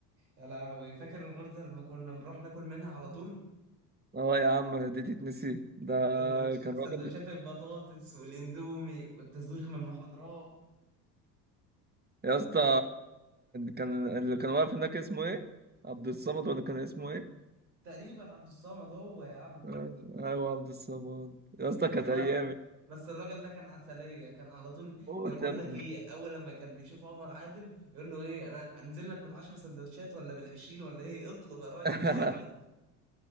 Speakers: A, on the right; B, on the right.
A: يا لهوي فاكر الغرزه لما كنا بنروح ناكل منها على طول
B: اه يا عم دي تتنسي ده
A: سندوتش
B: كان
A: سندوتشات
B: راجل
A: البطاطس والاندومي والتزويغ من المحاضرات
B: يا اسطى كان اللي كان واقف هناك اسمه ايه عبد الصمد ولا كان اسمه ايه
A: تقريبا عبد الصمد هو يا عم
B: آه، ايوه عبد الصمد يا اسطى
A: والله
B: كانت ايام
A: بس الراجل ده كان عسلية كان على طول
B: موت
A: كان بقول
B: يا ابني
A: لك ايه اول لما كان بيشوف عمر عادل يقول له ايه انا انزل لك بالعشر سندوتشات ولا بالعشرين ولا ايه اطلب يا ريس
B: <laughs>
A: اطلب